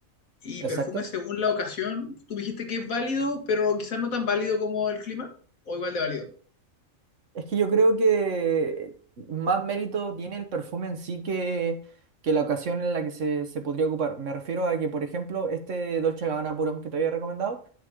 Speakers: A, on the left (about 80°); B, on the right (about 60°).
A: Y
B: Exacto.
A: perfume según la ocasión, tú dijiste que es válido, pero quizás no tan válido como el clima, o igual de válido.
B: Es que yo creo que más mérito tiene el perfume en sí que, que la ocasión en la que se, se podría ocupar. Me refiero a que, por ejemplo, este Dolce Gabbana Purón que te había recomendado